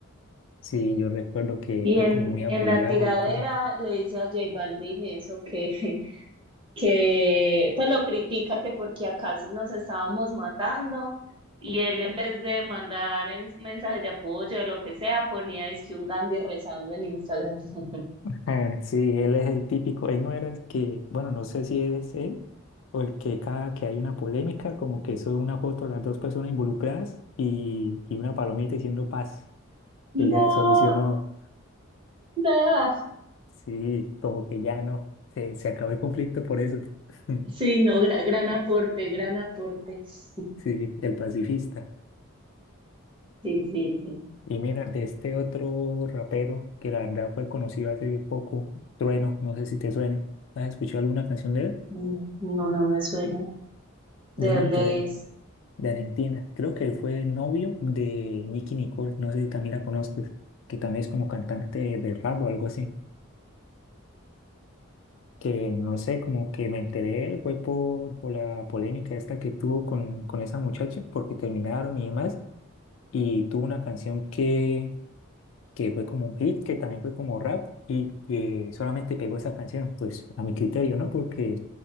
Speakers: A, on the left; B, on the right.
A: Sí, yo recuerdo que
B: Y
A: fue
B: en,
A: como muy apoyado
B: en la tiradera
A: y todo.
B: le dice a J Balvin eso que, <laughs> que pues lo critica que porque acá nos estábamos matando y él en vez de mandar en- mensajes de apoyo o lo que sea, ponía es que un Gandhi rezando en Instagram. <laughs>
A: Ah, Sí, él es el típico, él no era el que, bueno, no sé si es él o el que cada que hay una polémica, como que sube una foto de las dos personas involucradas y, y una palomita diciendo paz,
B: No,
A: que ya se solucionó.
B: no.
A: Sí, como que ya no, se, se acabó el conflicto por eso. <laughs>
B: Sí, no, gra- gran aporte, gran aporte. <laughs>
A: Sí, el pacifista.
B: Sí, sí, sí.
A: Y mira, de este otro rapero que la verdad fue conocido hace poco, Trueno, no sé si te suene. ¿Has escuchado alguna canción de él?
B: Mm, No, no me suena. ¿De
A: Yo me
B: dónde
A: enteré
B: es?
A: de Argentina. Creo que él fue novio de Nicki Nicole, no sé si también la conozcas, que también es como cantante de rap o algo así. Que no sé, como que me enteré de él fue por, por la polémica esta que tuvo con, con esa muchacha, porque terminaron y demás. y tuvo una canción que, que fue como un hit, que también fue como rap y que solamente pegó esa canción, pues a mi criterio, ¿no? Porque